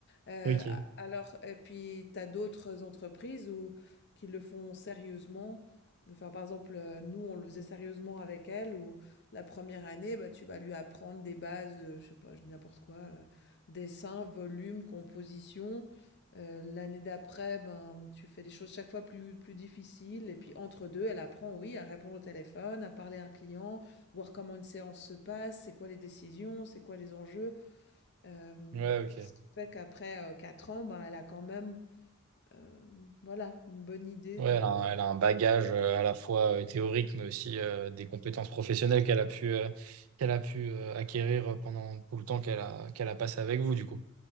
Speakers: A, on the left; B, on the right.
A: Heu,
B: Ok.
A: a alors et puis tu as d'autres entreprises où qui le font sérieusement. Enfin, par exemple, heu, nous, on le faisait sérieusement avec elle où la première année, bah, tu vas lui apprendre des bases, heu, je sais pas, je dis n'importe quoi, heu, dessin, volume, composition. Heu, l'année d'après, ben, tu fais des choses chaque fois plus plus difficiles et puis entre 2 elle apprend, oui, à répondre au téléphone, à parler à un client, voir comment une séance se passe, c'est quoi les décisions, c'est quoi les enjeux. Hem,
B: Ouais, ok.
A: ce qui fait qu'après, euh, 4 ans, ben, elle a quand même, hem, voilà, une bonne idée
B: Ouais,
A: de
B: elle a un, elle a un bagage euh, à la fois euh, théorique, mais aussi euh, des compétences professionnelles qu'elle a pu, euh, qu'elle a pu euh, acquérir pendant tout le temps qu'elle a, qu'elle a passé avec vous, du coup.